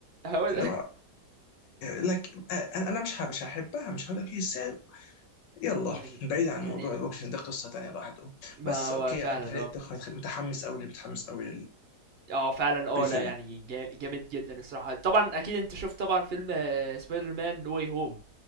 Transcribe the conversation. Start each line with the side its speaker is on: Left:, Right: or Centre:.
Right: هو ده.
Left: اللي هو لك انا انا مش ه- مش هحبها مش هقول لك ايه ازاي يلا
Right: يعني
Left: بعيد عن
Right: يعني
Left: موضوع الوكشن ده قصه تانيه لوحده
Right: ما
Left: بس
Right: هو
Left: اوكي
Right: فعلا
Left: انت خليت
Right: اه
Left: متحمس قوي متحمس قوي
Right: اه فعلا اه
Left: للفيلم
Right: لا يعني جا- جامد جدا الصراحة طبعا اكيد انت شفت طبعا فيلم سبايدر مان نو واي هوم